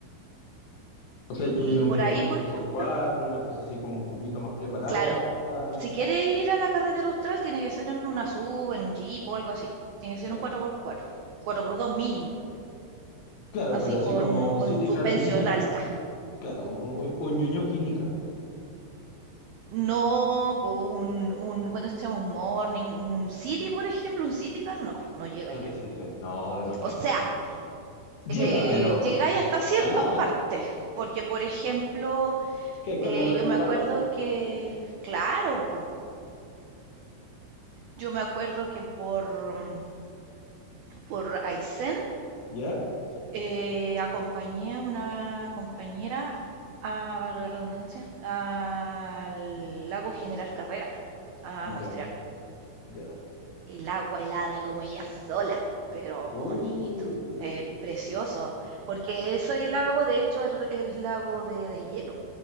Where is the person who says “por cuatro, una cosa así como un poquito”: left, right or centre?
Left